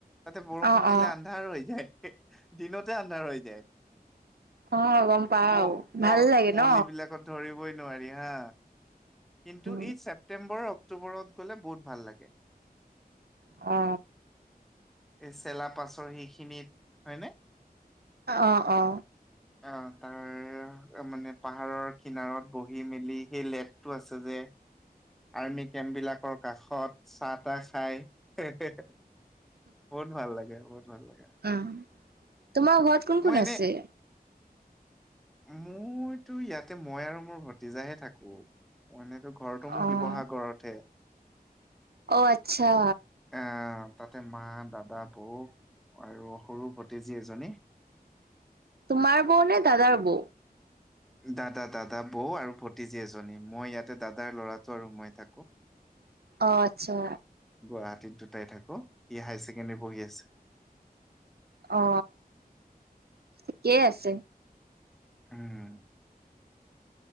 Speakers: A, in the centre; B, on the right.
A: তাতে বৰষুণ
B: অ
A: দিলে
B: অ
A: আন্ধাৰ হৈ যায়। দিনতে আন্ধাৰ হৈ যায়।
B: অ গম পাও
A: কোঁৱ কোঁৱ
B: ভাল লাগে
A: কুঁৱলী
B: ন
A: বিলাকত ধৰিবই নোৱাৰি হা। কিন্তু
B: উ
A: ই ছেপটেম্বৰ অক্টোবৰত গ'লে বহুত ভাল লাগে।
B: অ।
A: এই চেলা পাচৰ সি খিনিত হয়নে?
B: অ অ।
A: অ তাৰ মানে পাহাৰৰ কিনাৰত বহি মেলি সেই লেগটো আছে যে। আৰ্মি কেম্প বিলাকৰ কাষত। চাহ তাহ খাই, হেহ হে হেহ বহুত ভাল লাগে বহুত ভাল লাগে।
B: উম তোমাৰ ঘৰত কোন
A: মই
B: কোন আছে?
A: মইতো ইয়াতে মই আৰু মোৰ ভতিজাহে থাকো। মানে তো ঘৰটো মোৰ
B: অ',
A: শিৱসাগৰতহে।
B: অ আত্চ্ছা।
A: আহ তাতে মা, দাদা, বৌ আৰু সৰু ভতিজী এজনী।
B: তোমাৰ বৌ নে দাদাৰ বৌ?
A: দাদা দাদা বৌ আৰু ভতিজী এজনী মই ইয়াতে দাদাৰ ল'ৰাটো আৰু মই থাকো।
B: অ আত্চ্ছা।
A: গুৱাহাটীত দুটাই থাকো। সি হায়াৰ ছেকেণ্ডেৰী পঢ়ি আছে।
B: অ ঠিকেই আছে।
A: উম।